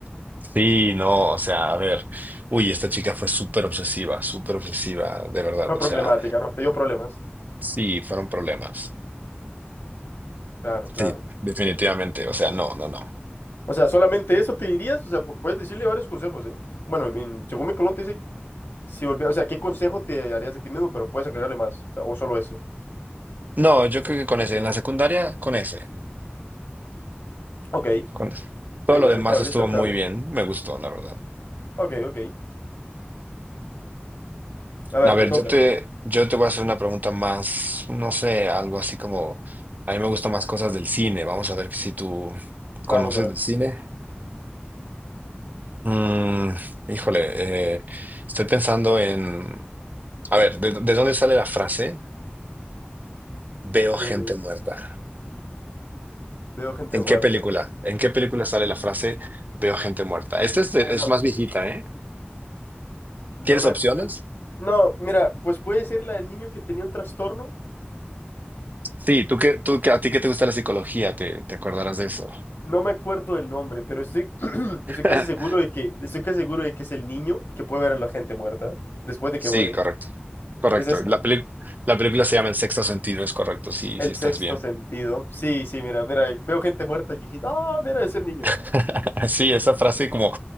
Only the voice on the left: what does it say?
una
problemática,
¿no? Te dio problemas.
Claro, claro.
O sea, solamente eso te dirías, o sea, pu- puedes decirle varios consejos, ¿eh? Bueno, en- según mi pregunta dice, si volvieras, o sea, ¿qué consejo te darías a ti mismo? Pero puedes agregarle más, o sea, o solo ese.
Ok.
Bien,
aceptable,
aceptable.
Ok, ok. A ver,
te toca.
Vamos
a ver.
Eh,
veo gente
muerta.
No,
no,
no
me
acuerdo. No, mira, pues puede ser la del niño que tenía un trastorno.
No me acuerdo del nombre, pero estoy, <clears throat> estoy
casi seguro de que, estoy casi seguro de que es el niño que puede ver a la gente muerta después de
que mueren.
Es esa,
el
sexto
sentido. Sí, sí, mira, mira, veo gente muerta y yo dije, no, mira, es el niño.